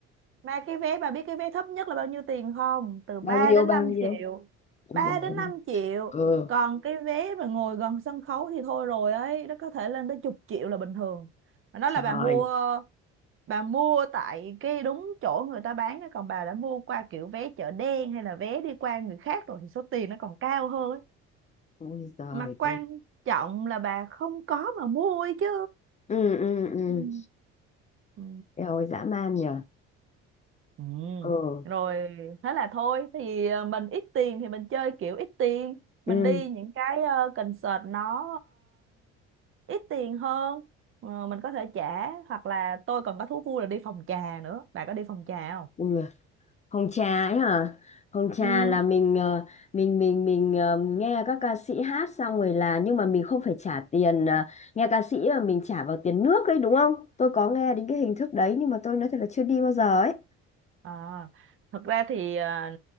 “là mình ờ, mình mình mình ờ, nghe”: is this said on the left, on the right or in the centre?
Left